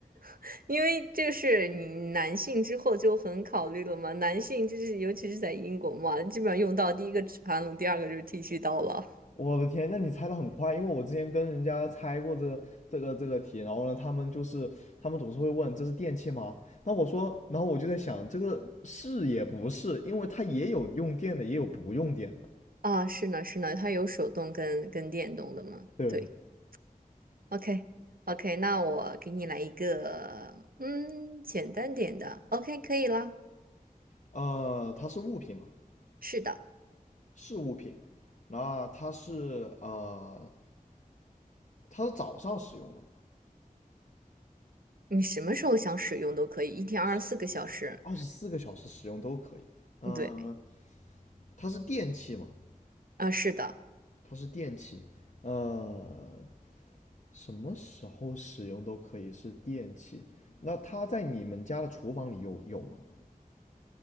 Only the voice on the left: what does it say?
我的天，那你猜的很快，因为我之前跟人家猜过这个这个这个题，然后呢，他们就是他们总是会问这是电器吗？那我说，然后我就在想，这个是也不是，因为它也有用电的，也有不用电的。
对，
呃，它是物品嘛，
是物品。那它是呃，它是早上使用的嘛，
是二十四个小时使用都可以。嗯、
它是电器嘛，
它是电器，呃，什么时候使用都可以是电器。那它在你们家的厨房里有有吗？